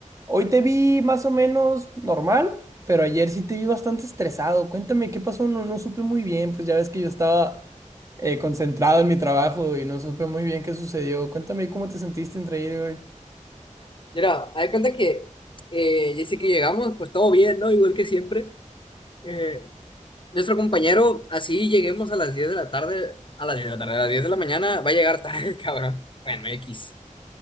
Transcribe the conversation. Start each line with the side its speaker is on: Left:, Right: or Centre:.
Right: Hoy te vi más o menos normal, pero ayer sí te vi bastante estresado. Cuéntame, ¿qué pasó? No, no supe muy bien, pues ya ves que yo estaba eh, concentrado en mi trabajo y no supe muy bien qué sucedió. Cuéntame cómo te sentiste entre ayer y hoy.
Left: Mira, hay cuenta que eh, ya sé que llegamos, pues todo bien, ¿no? Igual que siempre. Eh, nuestro compañero, así lleguemos a las diez de la tarde, a las 10 de la tarde, a las 10 de la mañana, va a llegar tarde, <laughs> cabrón. Bueno, X,